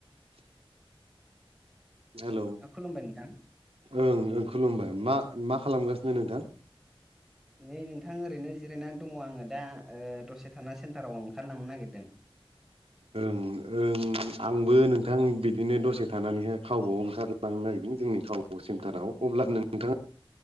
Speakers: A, on the right (about 85°); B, in the centre.
A: <unintelligible> Hello
B: खुलुमबाय नोंथां
A: ओं ओं खुलुमबाय मा मा खालामगासिनो नोंथां?
B: नै नोंथां ओरैनो जिरायनानै दङ आङो दा दसे थाना सेन्टाराव ओंखारलांनो नागिरदों।
A: ओं ओं आंबो नोंथां बिदिनो दसे थानानैहाय खावबुवाव ओंखारला लांनो नागिरदों जोंनि खाब सेन्टाराव अब्ला नोंथाङा